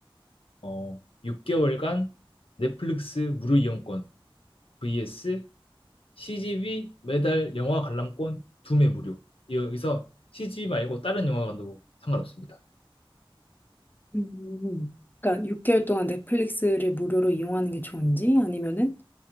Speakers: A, on the left; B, on the left.
A: 어, 6개월간 넷플릭스 무료 이용권 vs CGV 매달 영화 관람권 두매 무료. 여기서 CGV 말고 다른 영화관도 상관없습니다.
B: 음. 그러니까 6개월 동안 넷플릭스를 무료로 이용하는 게 좋은지 아니면은